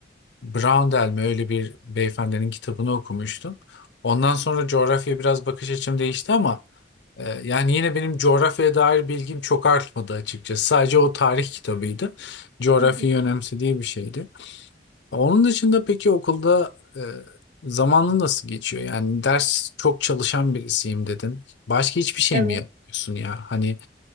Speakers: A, on the left (about 70°); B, on the right (about 40°).
A: Brown mi öyle bir beyefendinin kitabını okumuştum. Ondan sonra coğrafya biraz bakış açım değişti ama e, yani yine benim coğrafyaya dair bilgim çok artmadı açıkçası. Sadece o tarih kitabıydı. Coğrafyayı
B: Hı hı.
A: önemsediği bir şeydi. Onun dışında peki okulda e, zamanın nasıl geçiyor? Yani ders çok çalışan birisiyim dedin. Başka hiçbir şey
B: Evet.
A: mi yapmıyorsun ya? Hani